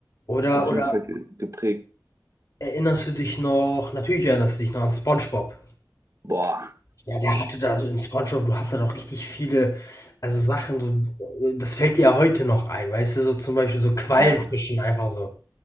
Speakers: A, on the left; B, on the right.
A: Oder,
B: auf
A: oder
B: jeden Fall ge geprägt.
A: erinnerst du dich noch, natürlich erinnerst du dich noch an SpongeBob.
B: Boah,
A: Ja, der hatte da so in SpongeBob, du hast da doch richtig viele, also Sachen, so, das fällt dir ja heute noch ein, weißt du, so zum Beispiel so Quallenfischen
B: ja.
A: einfach so.